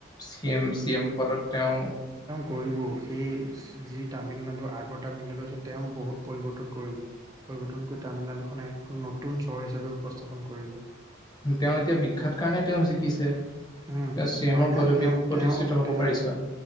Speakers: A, on the left; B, on the right.
A: চি এম চি এম পদত তেওঁ
B: কৰিবও সেই যি তামিলনাডু আগত তামিলনাডু আছে তেওঁ বহুত পৰিৱৰ্তন কৰিব পৰিৱৰ্তন কৰি তামিলনাডুখনে এখন নতুন চহৰ হিচাপে উপস্থাপন কৰিব
A: তেওঁ এতিয়া বিখ্যাত কাৰণে তেওঁ জিকিছে
B: উম
A: তেওঁ চি
B: হয়
A: এমৰ
B: ন
A: পদবীত
B: তেওঁ
A: প্ৰতিষ্ঠিত
B: তেওঁ
A: হব
B: তেওঁ
A: পাৰিছ